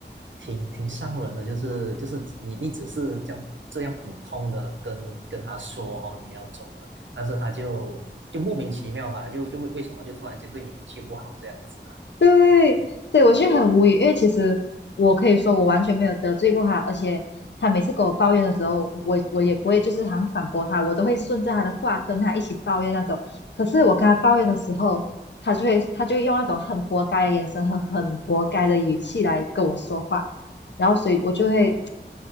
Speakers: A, on the right; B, on the left.
A: 挺挺伤人的，就是就是你你只是这样这样普通的跟跟他说哦你要走了，但是他就就莫名其妙吧，就就为为什么就突然间对你语气不好这样子啊？
B: 对，所以我就很无语，因为其实我可以说我完全没有得罪过他，而且他每次跟我抱怨的时候，我我也不会就是好像反驳他，我都会顺着他的话跟他一起抱怨那种。可是我跟他抱怨的时候，他就会他就会用那种很活该的眼神和很活该的语气来跟我说话，然后所以我就会